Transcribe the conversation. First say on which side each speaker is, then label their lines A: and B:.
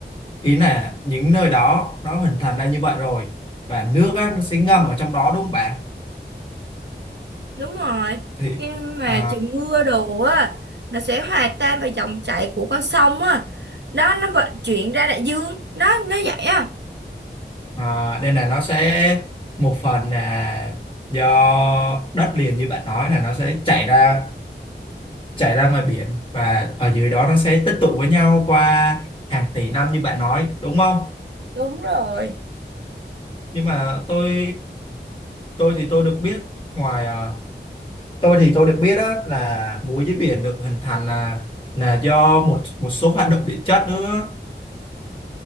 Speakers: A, on the left; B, on the right.
A: ý là những nơi đó nó hình thành ra như vậy rồi và nước á, nó sẽ ngâm ở trong đó đúng không bạn?
B: Đúng rồi.
A: Thì
B: Khi mà
A: à,
B: trời mưa đồ á nó sẽ hòa tan vào dòng chảy của con sông á. Đó nó vận chuyển ra đại dương. Đó nó vậy á.
A: à, nên là nó sẽ một phần là do đất liền như bạn nói là nó sẽ chảy ra chảy ra ngoài biển và ở dưới đó nó sẽ tích tụ với nhau qua hàng tỷ năm như bạn nói đúng không
B: Đúng rồi.
A: nhưng mà tôi tôi thì tôi được biết ngoài ờ, tôi thì tôi được biết á, là muối dưới biển được hình thành là là do một một số hoạt động địa chất nữa